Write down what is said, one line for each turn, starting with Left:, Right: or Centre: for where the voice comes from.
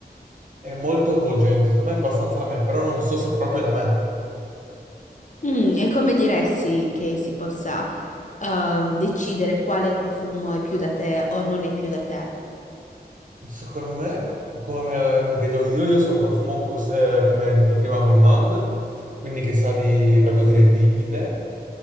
Right: È molto avvolgente, secondo me è abbastanza da me, però non so se è proprio da me.
Left: Mm, e come diresti che si possa ehm, decidere quale profumo è più da te o non è più da te?
Right: Secondo me, come me- mi vedo io, io sono un profumo, gu- eh, come detto prima, gourmand, quindi che sa di qualcosa di edibile,